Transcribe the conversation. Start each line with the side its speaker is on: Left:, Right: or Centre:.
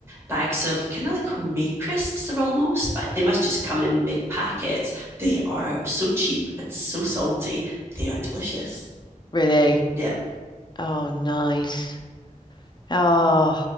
Right: bags of kind of like homemade crisps, they're almost, but they must just come in big packets. They are so cheap and so salty. They are delicious.
Left: really.
Right: Yeah.
Left: Oh, nice. Oh,